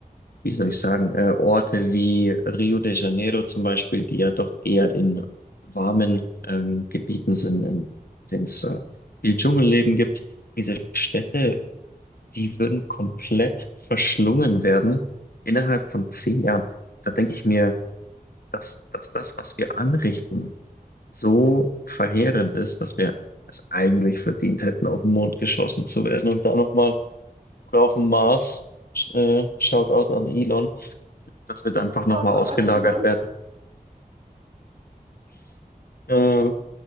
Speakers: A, on the left; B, on the right.
A: wie soll ich sagen, äh, Orte wie Rio de Janeiro zum Beispiel, die ja doch eher in warmen ähm, Gebieten sind, in denen es äh, viel Dschungelleben gibt. Diese Städte, die würden komplett verschlungen werden innerhalb von zehn Jahren. Und da denke ich mir, dass, dass das, was wir anrichten, so verheerend ist, dass wir es eigentlich verdient hätten, auf den Mond geschossen zu werden und da nochmal oder auf den Mars. Sch- Äh, Shoutout an Elon das wird einfach nochmal
B: Schaut doch
A: ausgelagert
B: an Elon.
A: werden. Äh,